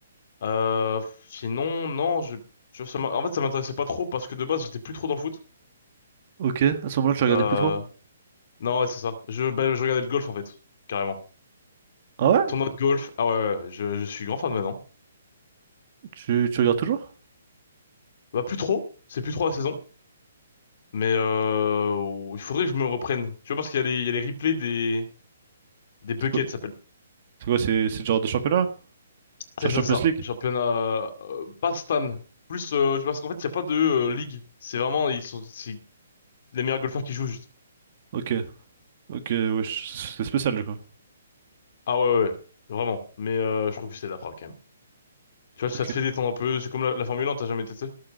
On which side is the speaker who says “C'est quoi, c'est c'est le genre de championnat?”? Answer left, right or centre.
Right